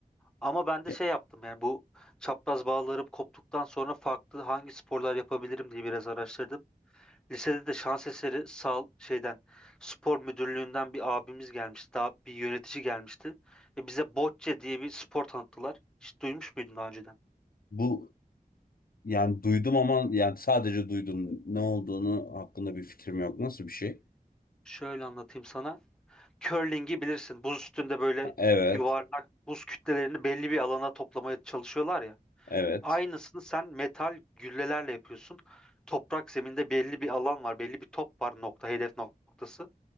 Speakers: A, in the centre; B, on the left.
A: Ama ben de
B: Ya,
A: şey yaptım yani bu çapraz bağlarım koptuktan sonra farklı hangi sporlar yapabilirim diye biraz araştırdım. Lisede de şans eseri sal şeyden spor müdürlüğünden bir abimiz gelmişti. Daha bir yönetici gelmişti. Ve bize bocce diye bir spor tanıttılar. Hiç duymuş muydun daha önceden?
B: bu Yani duydum ama yani sadece duydum. Ne olduğunu hakkında bir fikrim yok. Nasıl bir şey?
A: Şöyle anlatayım sana. Curling'i bilirsin. Buz üstünde böyle
B: Ha, Evet.
A: yuvarlak buz kütlelerini belli bir alana toplamaya çalışıyorlar ya.
B: Evet.
A: Aynısını sen metal güllelerle yapıyorsun. Toprak zeminde belli bir alan var. Belli bir top var nokta hedef noktası.